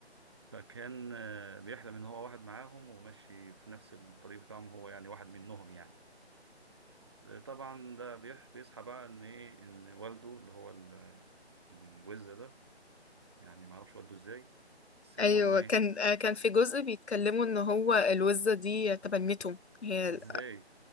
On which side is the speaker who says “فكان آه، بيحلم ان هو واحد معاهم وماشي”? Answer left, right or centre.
Right